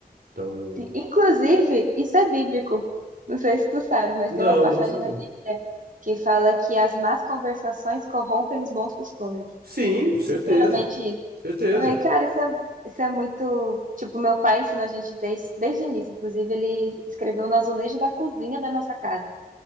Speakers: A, on the right; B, on the right.
A: Então,
B: Inclusive, isso é bíblico. Não sei se tu sabe, mas
A: não,
B: tem uma passagem
A: não sabia.
B: na Bíblia que fala que as más conversações corrompem os bons costumes.
A: Sim, certeza,
B: Literalmente isso.
A: certeza.
B: Eu falei, cara, isso é, isso é muito. Tipo, meu pai ensinou a gente desde, desde o início. Inclusive, ele escreveu no azulejo da cozinha da nossa casa.